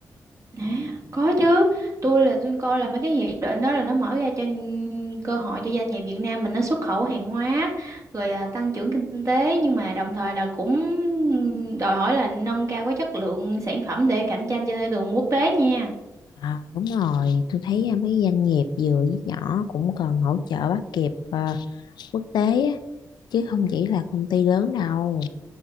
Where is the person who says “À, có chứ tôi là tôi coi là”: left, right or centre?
Right